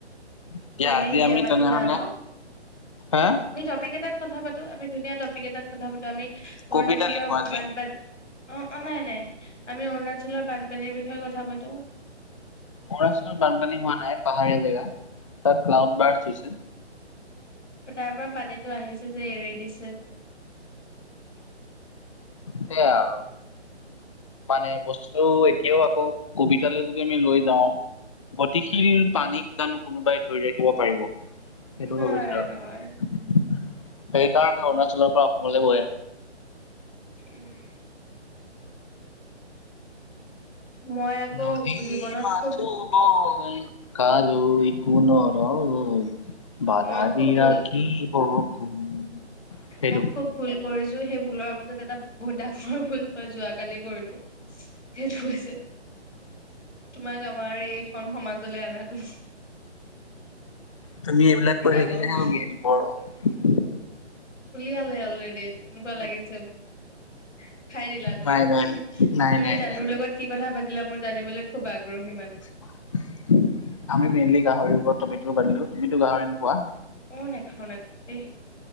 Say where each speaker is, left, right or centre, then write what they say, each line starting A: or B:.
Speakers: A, on the left; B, on the left.
A: এতিয়া
B: তুমি
A: আজি
B: বিয়া
A: আমি
B: পাতি
A: তেনেহলে
B: লা ন
A: হা
B: আমি টপিক এটাত কথা পাতো আমি ধুনীয়া টপিক এটাত কথা পাতো আমি অৰুণাচলৰ
A: কবিতা লিখো আজি।
B: বানপানী অ অ নাই নাই আমি অৰুণাচলৰ বানপানীৰ বিষয়ে কথা পাতো
A: অৰুণাচলত বানপানী হোৱা নাই পাহাৰীয়া জেগা তাত ক্লাউড বাৰচ হৈছে
B: তাৰ পৰা পানীটো আহিছে যে এৰি দিছে যে
A: সেয়া আৰু মানে বস্তুটো এতিয়াও আকৌ কবিতালৈ যদি আমি লৈ যাওঁ গতিশীল পানীক জানো কোনোবাই ধৰি ৰাখিব পাৰিব সেইটো
B: নোৱাৰে
A: হয় গৈছে আৰু
B: নোৱাৰে।
A: সেইকাৰণে অৰুণাচলৰ পা তললে বৈ আহে
B: উম মই আকৌ
A: নদী
B: জীৱনত
A: মাথোঁ
B: খুব
A: বয় কালৈ কো নৰয় বাধা
B: মই খুব
A: দি
B: ভুল
A: ৰাখিব কোন সেইটো
B: মই খুব ভুল কৰিছো সেই ভুলৰ মাজত এটা বহুত ডাঙৰ ভুল মই যোৱাকালি কৰিলো সেইটো হৈছে তোমাক আমাৰ এইখন সমাজলৈ আনাটো
A: তুমি এইবিলাক কৈ
B: ডাঙৰ
A: থাকিলেহে উলিয়াই দিব ৰহ
B: উলিয়ালে অলৰেডি এনেকোৱা লাগিছে মোৰ মানে খাই দিলা তুমি
A: নাই নাই নাই নাই
B: তুমি
A: নাই
B: দাদুৰ
A: নাই
B: লগত কি কথা পাতিলা মোৰ জানিবলৈ খুব আগ গ্ৰহী মানে
A: আমি মেইনলি গাহৰি উপৰত টপিকটো পাতিলো তুমিতো গাহৰি নোখোৱা
B: মই নেখাওঁ নেখাওঁ দেই